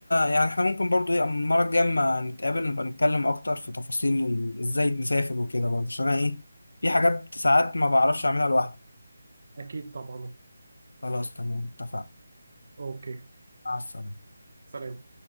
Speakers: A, on the left (about 85°); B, on the right (about 55°).
A: يعني احنا ممكن برضو ايه المرة الجاية اما نتقابل نبقى نتكلم أكتر في تفاصيل ال- ازاي نسافر وكده برضه عشان أنا ايه في حاجات ساعات ما بعرفش أعملها لوحدي
B: اكيد طبعا
A: خلاص تمام اتفقنا
B: اوكي
A: مع السلامة
B: سلام